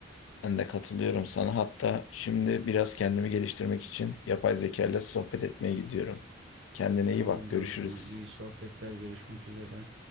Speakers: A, on the left (about 70°); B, on the right (about 70°).
A: Ben de katılıyorum sana. Hatta şimdi biraz kendimi geliştirmek için yapay zeka ile sohbet etmeye gidiyorum. Kendine
B: Tamamdır
A: iyi bak, görüşürüz.
B: o zaman. İyi sohbetler. Görüşmek üzere.